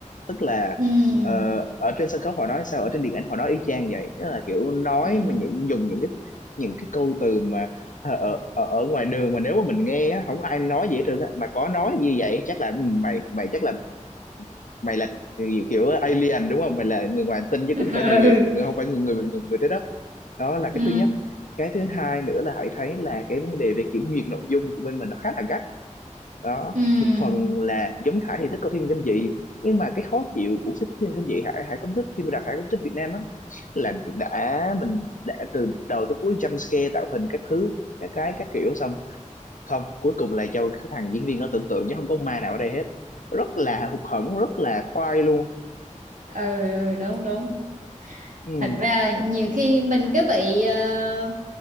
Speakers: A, on the left; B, on the right.
A: tức là
B: ừ
A: ờ, ở trên sân khấu họ nói sao ở trên điện ảnh họ nói y chang vậy tức là kiểu nói
B: ừ
A: mà những, dùng những cái những cái câu từ mà ở, ở ở ngoài đường mà nếu mà mình nghe á không ai nói gì hết trơn á mà có nói như vậy chắc là ừ, mày mày chắc là mày là người kiểu alien đúng không mày là người ngoài hành tinh chứ
B: <laughs>
A: cũng phải người Việt
B: ừ
A: người không phải người người người, người trái đất đó là
B: ừ
A: cái thứ nhất cái thứ hai nữa là hãy thấy là cái vấn đề về kiểm duyệt nội dung của bên mình nó khá là gắt đó
B: ừ
A: một phần là giống Hải thì thích coi phim kinh dị nhưng mà cái khó chịu của cái phim kinh dị Hải Hải không thích phim đặc Hải không thích Việt Nam lắm là đã mình đã từ đầu tới cuối jump scare tạo hình các thứ các cái các kiểu xong không cuối cùng là do cái thằng diễn viên nó tưởng tượng chứ không có ma nào ở đây hết rất là hụt hẫng rất là khoai luôn
B: ừ ừ, đúng đúng
A: ừ
B: thật ra là nhiều khi mình cứ bị ờ,